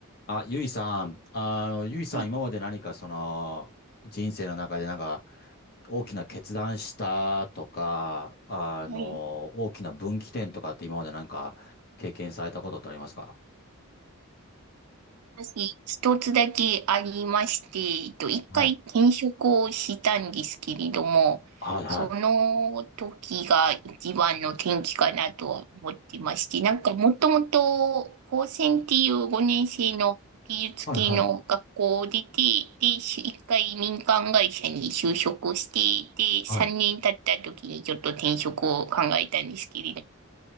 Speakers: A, on the left (about 45°); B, on the right (about 80°).
A: あ、ゆいさん、あの、ゆいさん、
B: はい、
A: 今まで何かその、人生の中でなんか、大きな決断したとか、あの、
B: はい
A: 大きな分岐点とかって今までなんか、経験されたことってありますか
B: 私、一つだけありまして、えっと一回転職をしたんですけれども、
A: はい。はいはい。
B: その時が一番の転機かなとは思ってまして、なんかもともと高専っていう5年生の技術系の学校を出て、
A: はいはい。
B: で、し一回民間会社に就職して、で、
A: はい。
B: 3年経った時にちょっと転職を考えたんですけれど